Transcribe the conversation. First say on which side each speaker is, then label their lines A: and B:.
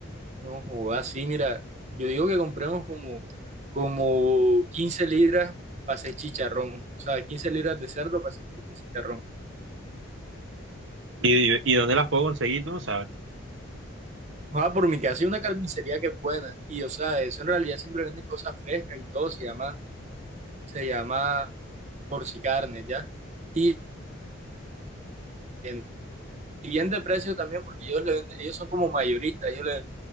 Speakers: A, on the right (about 35°); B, on the right (about 65°).
A: No jodas, sí, mira, yo digo que compremos como, como 15 libras para hacer chicharrón. O sea, 15 libras de cerdo para hacer chicharrón.
B: ¿Y, y dónde las puedo conseguir? Tú no sabes.
A: Ojalá por mi casa hay una carnicería que es buena. Y o sea, eso en realidad siempre venden cosas frescas y todo, se llama, se llama porcicarne, ¿ya? Y, en- y bien de precio también, porque ellos le venden- ellos son como mayoristas, ellos le